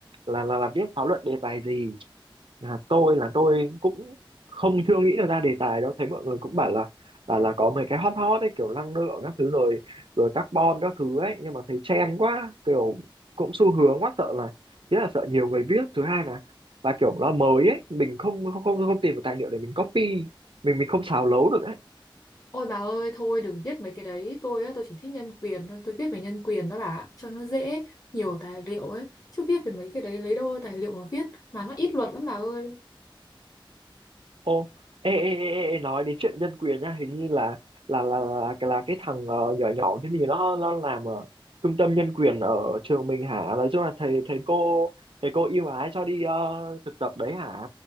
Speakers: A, on the right (about 80°); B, on the left (about 40°).
A: là là, là viết khóa luận đề tài gì là tôi là tôi cũng không chưa nghĩ được ra đề tài đâu thấy mọi người cũng bảo là là là có mấy cái hot hot ấy kiểu năng lượng các thứ rồi rồi carbon các thứ ấy nhưng mà thấy trend quá kiểu cũng xu hướng quá sợ là thứ nhất là sợ nhiều người biết thứ hai là là kiểu nó mới ấy mình không không không không tìm được tài liệu để mình copy mình mình không xào lấu được ấy
B: Ôi bà ơi, thôi đừng viết mấy cái đấy, tôi á, tôi chỉ thích nhân quyền thôi, tôi viết về nhân quyền đó bà, cho nó dễ, nhiều tài liệu ấy, chứ viết về mấy cái đấy lấy đâu ra tài liệu mà viết, mà nó ít luật lắm bà ơi.
A: Ô, ê, ê, ê, ê, ê, nói đến chuyện nhân quyền nha, hình như là là là là cái là cái thằng ờ, nhỏ nhỏ cái gì nó nó làm ở trung tâm nhân quyền ở trường mình hả? Nói chung là thầy thầy cô thầy cô ưu ái cho đi ờ, thực tập đấy hả?